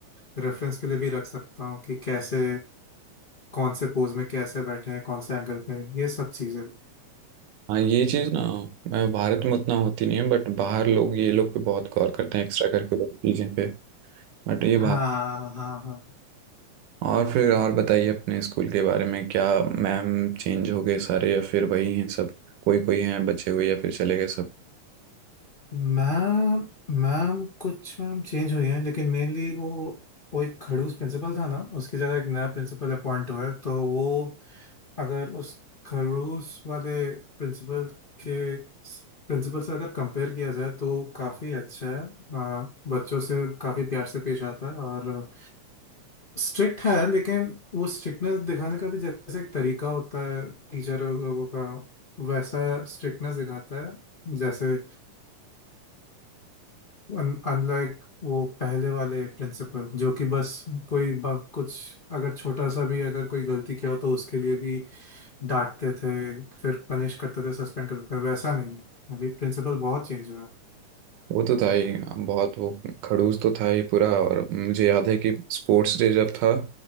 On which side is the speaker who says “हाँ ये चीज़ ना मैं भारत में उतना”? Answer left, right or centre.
Right